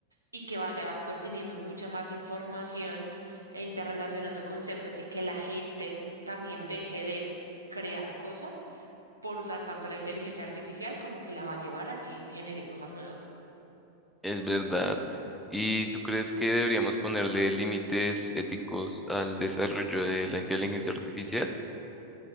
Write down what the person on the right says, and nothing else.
y que vaya pues teniendo mucha más información e interrelacionando conceptos y que la gente también deje de crear cosas por usar tanto la inteligencia artificial como que la va a llevar a que genere cosas nuevas.